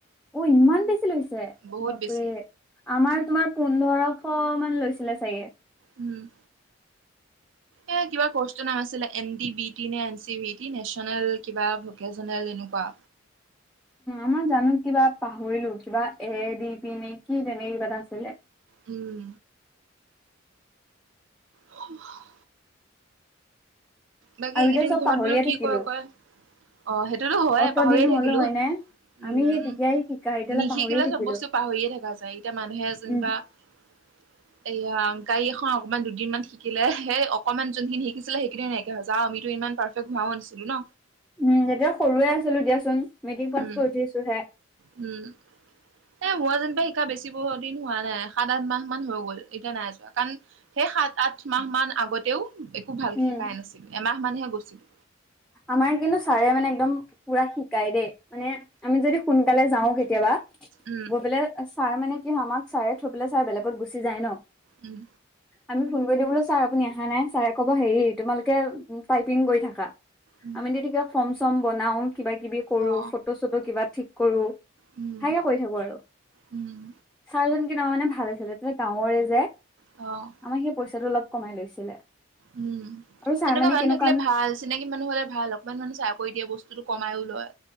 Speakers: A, in the centre; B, on the right.
A: অ, ইমান বেছি লৈছে
B: বহুত
A: বাপৰে।
B: বেছি
A: আমাৰ তোমাৰ পোন্ধৰশ মান লৈছিলে চাগে।
B: উম। এ, কিবা কৰ্চৰ নাম আছিলে এন ডি বি টি নে N C B T national কিবা ভকেচনেল এনেকুৱা
A: আমাৰ জানো কিবা পাহৰিলো কিবা এ দি পি নে কি তেনেকে কিবা এটা আছিলে।
B: উম। অ'। বাকী
A: আৰু
B: এইকেইদিন
A: এতিয়া চব
B: ঘৰত
A: পাহৰিয়ে
B: বাৰ কি
A: থাকিলো
B: কৰে কয় অ, সেইটোতো হয়
A: অত
B: পাহৰিয়ে
A: দিন
B: থাকিলো।
A: হ'ল হয়নে?
B: উম,
A: আমি সেই তেতিয়াই শিকা এতিয়ালে
B: নিশিকিলে
A: পাহৰিয়ে থাকিলো
B: চব বস্তু পাহৰিয়ে থকা যায় এতিয়া মানুহে যেনিবা
A: উম,
B: <unintelligible> এয়া গাড়ী এখন অকমান দুদিনমান শিকিলে সেই অকনমান যোনখিনি শিকিছিলে সেইখিনি ন আমিতো ইমান পাৰফেক্ট হোৱা নাছিলো ন।
A: উম, তেতিয়া সৰুয়ে আছিলো দিয়াচোন মেট্ৰিক পাছ
B: উম
A: কৰি উঠিছো হে।
B: উম। এ, হোৱা যেনিবা শিকা বেছি দিন হোৱা নাই সাত, আঠ মাহ মান হৈ গ'ল এতিয়া নাই আছোৱা কাৰণ সেই সাত, আঠ মাহ মান আগতেও একো ভালকে
A: উম,
B: শিকাই নাছিলো এমাহ মানহে গৈছিলো।
A: আমাৰ কিন্তু ছাৰে মানে একদম পুৰা শ গাই দেই মানে আমি যদি সোনকালে যাও কেতিয়াবা
B: উম
A: গৈ পেলাই ছাৰ মানে কি হয় আমাক ছাৰে থৈ পেলাই ছাৰ বেলেগত গুচি যায় ন।
B: উম।
A: আমি ফোন কৰি দিও বোলো ছাৰ আপুনি অহা নাই। ছাৰে ক'ব হেৰি তোমালোকে টাইপিং কৰি থাকা।
B: উম
A: আমি তেতিয়া কিবা ফৰ্ম, চম বনাও কিবা, কিবি কৰো
B: অ
A: ফটো, চটো কিবা ঠিক কৰো
B: উম
A: হেয়াকে কৰি থাকো আৰু।
B: উম
A: ছাৰজন কিন্তু মানে ভাল আছিলে তাতে গাঁৱৰে যে।
B: অ'।
A: আমাৰ সেই পইচাটো অলপ কমাই লৈছিলে।
B: উম,
A: আৰু ছাৰ
B: এনেকুৱা
A: মানে
B: মানুহ
A: কেনেকুৱা
B: থাকিলে
A: আমি
B: ভাল। চিনাকি মানুহ হ'লে ভাল, অকমান মানুহ চাই কৰি দিয়ে, বস্তুটো কমায়ো লয়।